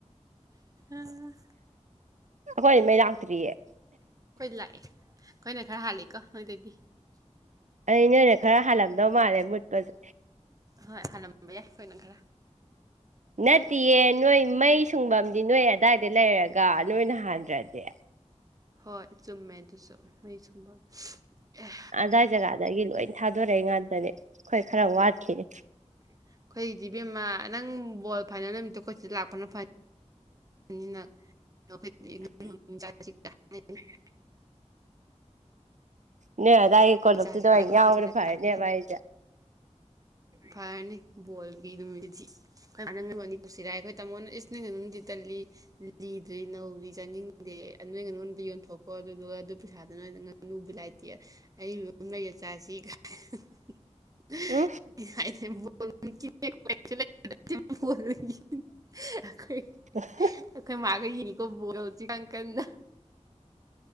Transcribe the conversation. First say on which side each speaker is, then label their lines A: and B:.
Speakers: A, on the right (about 30°); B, on the right (about 80°).
A: ꯑꯥ <unintelligible>
B: ꯑꯩꯈꯣꯏ ꯃꯩ ꯂꯥꯛꯇ꯭ꯔꯤꯌꯦ
A: ꯑꯩꯈꯣꯏ ꯂꯥꯛꯑꯦ ꯑꯩꯈꯣꯏꯅ ꯈꯔ ꯍꯥꯂꯤꯀꯣ ꯅꯣꯏꯗꯩꯗꯤ
B: ꯑꯩ ꯅꯣꯏꯅ ꯈꯔ ꯍꯥꯜꯂꯝꯗꯧ ꯃꯥꯜꯂꯦ ꯃꯨꯠꯄꯁꯦ
A: ꯍꯣꯏ ꯍꯥꯜꯂꯝꯕ ꯌꯥꯏ ꯑꯩꯈꯣꯏꯅ ꯈꯔ
B: ꯅꯠꯇꯦꯌꯦ ꯅꯣꯏ ꯃꯩ ꯁꯨꯡꯐꯝꯗꯤ ꯅꯣꯏ ꯑꯗꯥꯏꯗ ꯂꯩꯔꯒ ꯅꯣꯏꯅ ꯍꯥꯟꯊ꯭ꯔꯗꯤꯦ
A: ꯍꯣꯏ ꯆꯨꯝꯃꯦ ꯑꯗꯨꯁꯨ ꯃꯩ ꯁꯨꯡꯐꯝ ꯑꯦ
B: ꯑꯗꯥꯏ ꯖꯒꯥꯗꯒꯤ ꯂꯣꯏ ꯊꯥꯗꯣꯔꯛꯏ ꯉꯥꯛꯇꯅꯦ ꯑꯩꯈꯣꯏ ꯈꯔ ꯋꯥꯠꯈꯤꯅꯦ
A: ꯑꯩꯈꯣꯏ ꯏꯗꯤꯕꯦꯝꯃ ꯅꯪ ꯕꯣꯜ ꯐꯥꯏꯅꯦꯜ ꯅꯨꯃꯤꯠꯇ ꯈꯣꯁꯤꯗ ꯂꯥꯛꯄꯅ ꯐꯩ ꯑꯩꯈꯣꯏ <unintelligible> <unintelligible>
B: ꯅ ꯑꯗꯥ ꯑꯩ ꯀꯣꯂꯇꯗ
A: ꯆꯥꯁꯤ
B: ꯑ ꯑꯔ ꯐꯥꯏ ꯅꯕꯏ
A: ꯐꯔꯅꯤ ꯕꯣꯜ ꯀꯤ ꯅꯨꯃꯤꯁꯤ ꯈ ꯅꯪ ꯑꯅꯤ ꯄꯨꯁꯤꯔꯑ ꯑꯩꯈꯣꯏ ꯇꯥꯃꯣꯅ ꯏꯁ ꯅꯉ ꯅꯨꯡꯗꯤ ꯇꯜꯂꯤ <unintelligible> ꯂꯤꯗ꯭ꯔꯤ ꯅꯧꯔꯤ ꯆꯥꯅꯤꯡꯗꯦ ꯅꯣꯏ ꯉꯥ ꯅꯉꯣꯟꯗ ꯌꯣꯟꯊꯣꯛꯀꯣ ꯑꯗꯨꯗꯨꯒ ꯑꯗꯨ ꯄꯩꯁꯥꯗ ꯅꯣꯏ ꯉꯥꯅꯨ ꯕꯤꯂꯥꯏ ꯑꯩ ꯌꯨꯝ ꯂꯩꯔ ꯆꯥꯁꯤ <unintelligible>
B: ꯎꯝ
A: ꯣ <unintelligible>
B: ꯑ <unintelligible>
A: ꯑꯩꯈꯣꯏ ꯃꯥꯒ ꯌꯦꯀꯣ ꯕꯣꯜ ꯍꯧꯖꯤꯛ ꯀ ꯀꯗ